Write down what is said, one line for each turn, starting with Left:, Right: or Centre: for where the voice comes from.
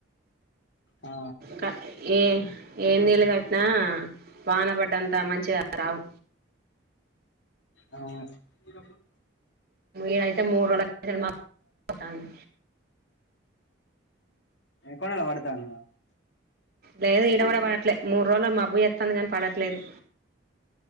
Left: ఆ
Right: క ఏ ఏ నీళ్ళు కట్నా వాన పడ్డంత మంచిగా రావు
Left: అ డ
Right: ఈడైతే మూడు రోజుల కిందట మబ్బు పడతాంది
Left: కొనాలా వాడుత అన్నా
Right: లేదు ఈడ కూడా పడట్లేదు మూడు రోజులు మబ్బు ఎస్తుంది కాని పడట్లేదు